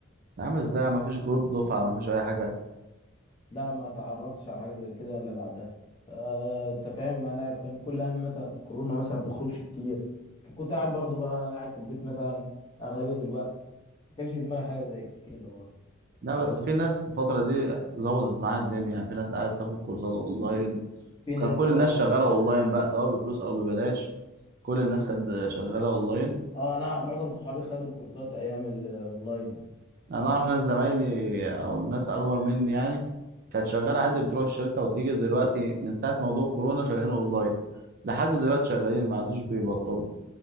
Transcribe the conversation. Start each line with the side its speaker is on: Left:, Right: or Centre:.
Right: عامل ازاي ما فيش جروب دفعه ما فيش اي حاجه
Left: لا ما تعرفتش على حاجه زي كده الا بعدها آه انت فاهم انا كان كل هم مثلا في كورونا مثلا بخرجش كتير كنت قاعد برضه بقى قاعد في البيت مثلا اغلبيه الوقت ما كانش في دماغي حاجه زي كده برضه
Right: لا
Left: فاهم
Right: بس في ناس الفتره دي ظبطت معاها الدنيا يعني في ناس قاعده تاخد كورسات اونلاين
Left: في ناس
Right: كان كل
Left: اه آه.
Right: الناس شغاله اونلاين بقى سواء بفلوس او ببلاش كل الناس كانت شغاله اونلاين
Left: اه انا معظم صحابي خدوا الكورسات ايام الاونلاين دي
Right: انا اعرف ناس زمايلي او الناس اكبر مني يعني كانت شغاله عادي بتروح الشركه وتيجي دلوقتي من ساعه موضوع كورونا شغالين اونلاين لحد دلوقتي شغالين ما عندوش بيبطلوا